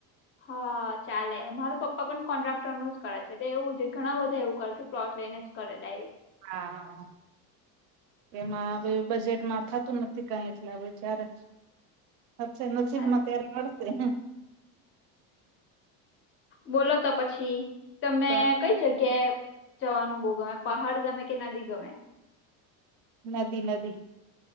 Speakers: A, on the left; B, on the right.
A: હા ચાલે મારા પપ્પા પણ કોન્ટ્રાક્ટર નું જ કરે છે તો એવું છે ઘણા બધા એવું કરે છે. પ્લોટ લઇને જ કરે ડાયરેક્ટ
B: હા હા એમાં હ બજેટમાં થતું નથી કઈ એટલે હવે જ્યારે. હાડે નસીબમા
A: સાચું.
B: તાર મળશે
A: બોલો તો પછી તમને
B: બસ
A: કઈ જગ્યાએ જવાનું બહુ ગમે પહાડ ગમે કે નદી ગમે
B: નદી નદી